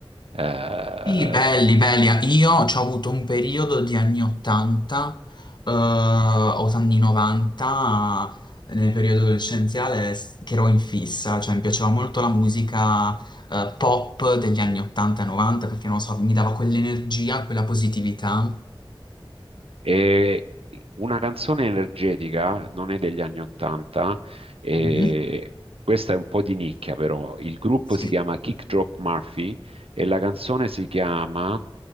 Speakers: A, on the right; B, on the left.
A: eh,
B: Sì, belli, belli. Io ho avuto un periodo di anni 80, eh, o anni 90, nel periodo adolescenziale, s- che ero in fissa, cioè mi piaceva molto la musica, eh, pop degli anni 80 e 90, perché non lo so, mi dava quell'energia, quella positività.
A: E una canzone energetica non è degli anni Ottanta, e
B: Mhm.
A: questa è un po' di nicchia però. Il gruppo
B: Sì,
A: si chiama Kick Drop Murphy e la canzone si chiama